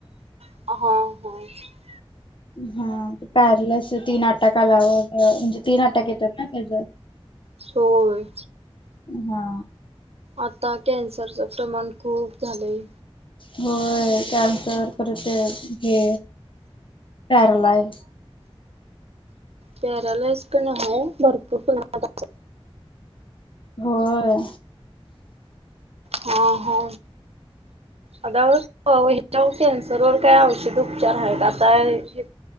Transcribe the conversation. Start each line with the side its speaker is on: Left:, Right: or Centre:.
Right: <inaudible>
Left: हा पॅरलस तीन अटँक आल्यावर म्हणजे ती अटँक येतात ना त्याच
Right: होय
Left: हा
Right: आता कॅन्सरचं प्रमाण खूप झालंय
Left: होय कॅन्सर पर ते हे पॅरालाय.
Right: पॅरालाइस कनाय भरपूर <unintelligible>
Left: होय
Right: हा हो आता हो ह्याच्या कॅन्सरवर काय औषध उपचार आहेत आता हे